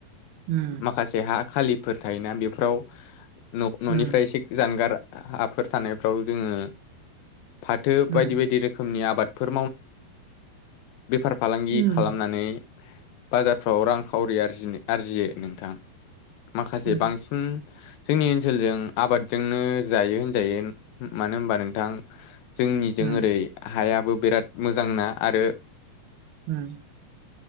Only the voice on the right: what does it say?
उम
उम
उम
उम
उम
उम
अम